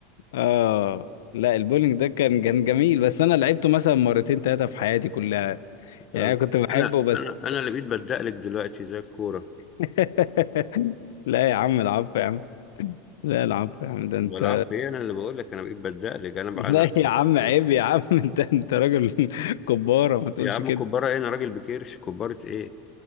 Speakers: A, on the left; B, on the left.
A: اه لا البولينج ده كان كان جميل بس انا لعبته مثلا مرتين ثلاثة في حياتي كلها يعني
B: لا لا
A: انا كنت بحبه
B: انا
A: بس
B: انا انا اللي بقيت بدقلك دلوقتي زي الكورة
A: <laughs> لا يا عم العفو يا عم لا العفو يا عم ده
B: بلعب
A: انت
B: في ايه انا اللي بقول لك انا بقيت بدقلك انا بقى
A: لا
B: انا
A: يا عم عيب
B: <laughs>
A: يا عم <laughs> انت انت راجل <laughs> كبارة ما تقولش
B: يا عم
A: كده
B: كبارة ايه انا راجل بكيرش كبارة ايه